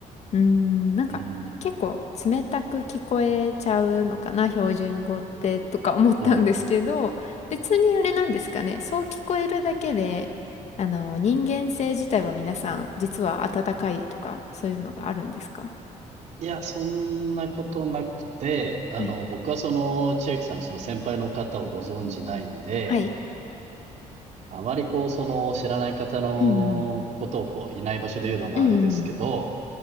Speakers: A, on the left (about 55°); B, on the right (about 60°).
A: うーんなんか結構冷たく聞こえちゃうのかな標準語ってとか思ったんですけど別にあれなんですかねそう聞こえるだけであの人間性自体は皆さん実は温かいとかそういうのがあるんですか
B: うん。そうです。いや、そんなことなくて、あの、
A: はい。
B: 僕はその、千秋さんのその先輩の方をご存じないんで、
A: はい
B: あまりこう、その、知らない方のことをこう、
A: うん、
B: いない場所で言うのもあれですけど、
A: うん、うんうん